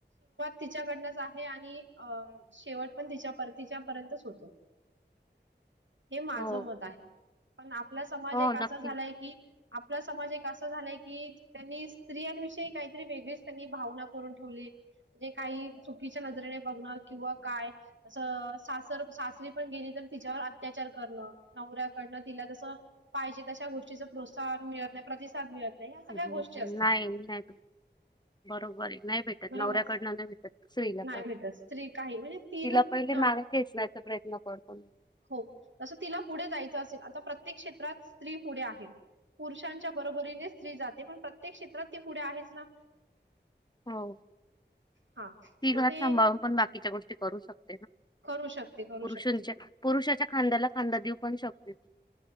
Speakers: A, on the right; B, on the left.
A: तिच्याकडनच आहे आणि अ शेवट पण तिच्या तिच्यापर्यंतच होतो. हे माझ
B: हो
A: मत आहे पण आपला समाज
B: हो
A: एक असा
B: नक्की
A: झालाय की आपला समाज एक असा झालाय की त्यांनी स्त्रियांविषयी काहीतरी वेगळीच त्यांनी भावना करून ठेवली? म्हणजे काही चुकीच्या नजरेने बघणार किंवा काय असं सासर सासरी पण गेली. पण तिच्यावर अत्याचार करण नवऱ्याकडंन तिला जस पाहिजे तश्या गोष्टीच प्रोचाहन मिळत नाही प्रतिसाद मिळत नाही या सगळ्या
B: हम्म,
A: गोष्टी असतात.
B: नाही नाही भेटत. बरोबर आहे नाही भेटत
A: बरोबर
B: नवऱ्याकडन नाही भेटत स्त्रीला
A: नाही भेटत स्त्री काही म्हणजे ती
B: तिला
A: जर
B: पहिले माग खेचण्याचा प्रयत्न न पडत
A: हो तसं तिला पुढे जायचं असेल आता प्रत्येक क्षेत्रात स्त्री पुढे आहे. पुरुषांच्या बरोबरीने स्त्री जाते पण प्रत्येक क्षेत्रात ती पुढे आहेच ना
B: हो
A: हां
B: ती
A: मग
B: घर
A: ते
B: सांभाळून पण बाकीच्या गोष्टी करू शकते.
A: करू शकते, करू
B: पुरुषांच्या
A: शकते.
B: पुरुषाच्या खांद्याला खांदा देऊ पण शकते ती